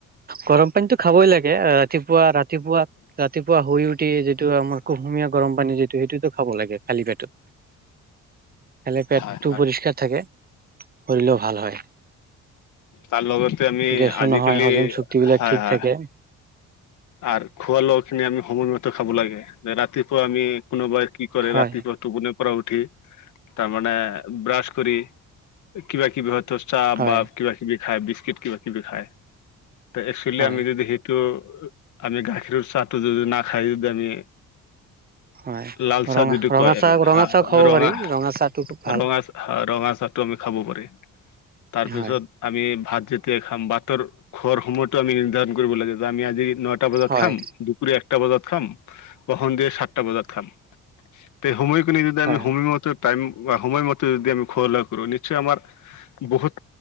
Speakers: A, on the right; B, on the left.
A: গৰম পানীটো খাবই লাগে, ৰাতিপুৱা ৰাতিপুৱা ৰাতিপুৱা শুই উঠি যিটো আমাৰ কুহুমীয়া গৰম পানী যিটো সেইটোতো খাব লাগে খালি পেটত। খালে পেটটো
B: হয় হয়
A: পৰিষ্কাৰ থাকে শৰীৰও ভাল হয়।
B: তাৰ লগতে আমি
A: গেছো
B: আজিকালি
A: নহয় হজম
B: হয়,
A: চুক্তি বিলাক ঠিক
B: হয়।
A: থাকে
B: আৰু খোৱা লোৱা খিনি আমি সময়মতে খাব লাগে যে ৰাতিপুৱা আমি কোনোবাই কি কৰে
A: হয়
B: ৰাতিপুৱাটো কোনে পৰা উঠি তাৰমানে ব্ৰাছ কৰি কিবা কিবি হয়তো চাহ
A: হয়
B: বা কিবা কিবি খাই বিস্কিট কিবা কিবি খায় ত একচুৱেলি
A: হয়
B: আমি যদি সেইটো আমি গাখীৰৰ চাহটো যদি নাখায় যদি আমি
A: হয়
B: লালচাহ
A: ৰঙা
B: যিটো
A: ৰঙা
B: কয় এম
A: চাহ
B: হ
A: ৰঙা চাহ খাব
B: ৰঙা
A: পাৰি চাহটো খুব ভাল
B: ৰঙা ৰঙা চাহটো আমি খাব পাৰি তাৰপিছত
A: হয়
B: আমি ভাত যেতিয় খাম ভাতৰ খোৱাৰ সময়তো আমি নিৰ্ধাৰণ কৰিব লাগে য আমি আজি ন নটা বজাত
A: হয়
B: খাম দুপুৰী একটা বজাত খাম বা সন্ধিয়া সাতটা বজাত খাম। তে সময়খিনি যদি আমি
A: হয়
B: সময়মতে টাইম বা সময়মতে যদি আমি খোৱালা কৰো নিশ্চয় আমাৰ বহুত